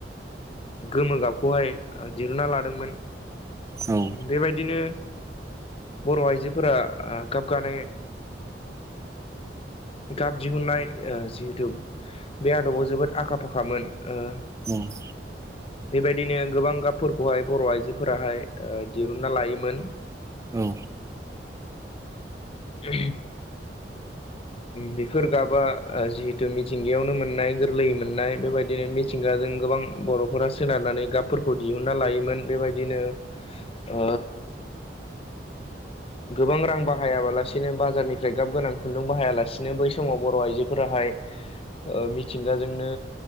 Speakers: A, on the left; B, on the right.
A: गोमो गाबखौहाय दिरुना लादोंमोन
B: औ
A: बेबायदिनो बर' आइजोफोरा गाबगानाय गाब दिहुननाय जिहेतु बे आदबाव जोबोद आखा फाखामोन ओ
B: उम <inaudible>
A: बेबायदिनो गोबां गाबफोरखौहाय बर' आइजोफोराहाय ओ दिहुनना लायोमोन
B: औ
A: <inaudible> बेफोर गाबा जिहेथु मिथिंगायावनो मोननाय गोरलैयै मोननाय बेबायदिनो मि थिंगाजों गोबां बर'फोरा सोनारनानै गाबफोरखौ दिहुनना लायोमोन बेबायदिनो आ गोबां रां बाहायाबालासिनो बाजारनिफ्राय गाब गोनां खुन्दुं बाहायाला सेनो बै समाव बर' आइजोफोराहाय ओ मिथिंगाजोंनो